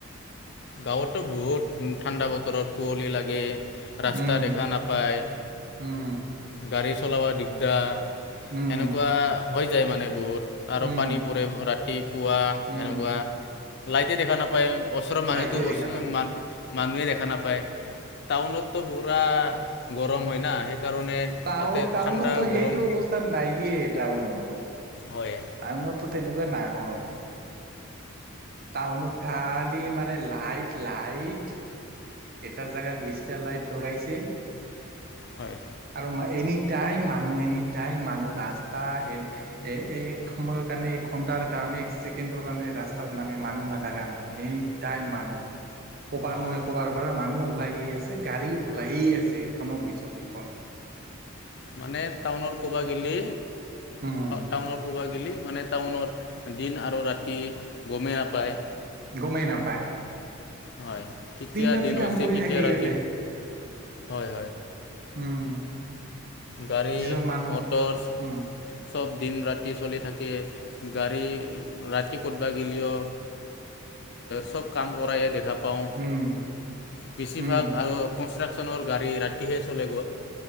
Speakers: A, on the left; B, on the right.
A: গাওঁততো বহুত ঠাণ্ডা বতৰত কুঁৱলী লাগে। ৰাস্তা
B: উম
A: দেখা নাপায়,
B: উম
A: গাড়ী চলাব দিগদাৰ।
B: উম
A: এনেকুৱা হৈ যায় মানে বহুত। আৰু
B: উম
A: পানী পৰে ৰাতিপুৱা
B: উম
A: এনেকুৱা লাইটে দেখা নাপায়। ওচৰৰ মানুহটো
B: লাইটে
A: ওচৰ
B: দেখা নাযায়
A: মানু। মানুহে দেখা নাপায়, টাউন'টো পুৰা গৰম হয় না। সেইকাৰণে
B: টাউন
A: তাতে
B: টাউনতো
A: ঠাণ্ডা গৰম
B: সেইটো অৱস্থা নাইয়ে টাউনত।
A: হয়
B: টাউনতটো তেনেকুৱা নাহয়। টাউনত খালি মানে লাইট লাইট। এটাৰ জাগাত বিশটা লাইট লগাইছে।
A: হয়।
B: আৰু এনি টাইম মানুহ এনি টাইম মানুহ ৰাস্তা এ এ এক সময়ৰ কাৰণে। ঘণ্টাৰ কাৰণে, এক ছেকেণ্ডৰ কাৰণে, ৰাস্তাত মানে মানুহ নাথাকা নহয়, এনি টাইম মানুহ। ক'বাৰ
A: অঁ
B: নহয়। ক'বাৰ পৰা মানুহ ওলাই আছে, গাড়ী ওলাইয়ে আছে, ইখনৰ পিছত সিখন।
A: মানে টাউনত ক'বা গেলি,
B: উম
A: টাউনত ক'বা গেলি। মানে টাউনত দিন আৰু ৰাতি গমে নাপায়।
B: গমে নাপায়।
A: হয়, কেতিয়া
B: ৰাতি
A: দিন হৈছে,
B: কাম কৰি
A: কেতিয়া
B: থাকে
A: ৰাতি।
B: ইয়াতে
A: হয়
B: উম।
A: গাড়ী-মটৰ
B: যিজন মানুহ উম
A: চব দিন-ৰাতি চলি থাকে। গাড়ী ৰাতি ক'তবা গেলিও চব কাম কৰায়ে দেখা। পাওঁ,
B: উম
A: বেছিভাগ
B: উম
A: <unintelligible> কনষ্ট্ৰাকচন। চনৰ গাড়ী ৰাতিহে চলে গ